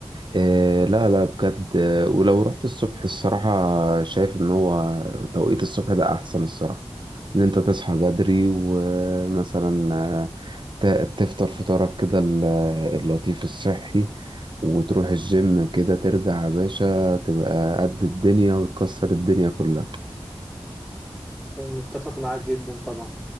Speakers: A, on the right (about 50°); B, in the centre.
A: إيه لا لا بجد آه، ولو رحت الصبح الصراحة شايف ان هو توقيت الصبح ده احسن الصراحة ان انت تصحى بدري ومثلا آه، ت- تفطر فطارك كده ال- اللطيف الصحي وتروح الجيم كده ترجع يا باشا تبقى قد الدنيا وتكسر الدنيا كلها
B: متفق معاك جدا طبعا